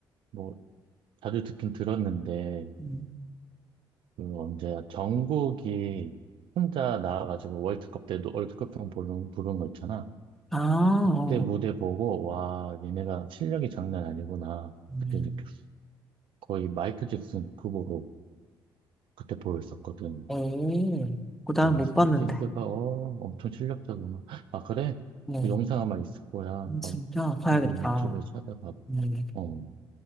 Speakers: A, on the right; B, in the centre.
A: 뭐 자주 듣긴 들었는데
B: 음,
A: 그 언제야 정국이 혼자 나와가지고 월드컵 때도 월드컵송 부른 부른 거 있잖아.
B: 아,
A: 그때
B: 어,
A: 무대 보고 와 얘네가 실력이 장난 아니구나
B: 음,
A: 그때 느꼈어. 거의 마이클 잭슨 급으로 그때 보였었거든.
B: 오, 그거
A: 어,
B: 나는
A: 그래서
B: 못 봤는데.
A: BTS가 어 엄청 실력자구나. 아 그래?
B: 뭐,
A: 그 영상 아마 있을 거야. 한번
B: 진짜 봐야겠다.
A: 한번 유튜브에서 찾아봐.
B: 음.
A: 어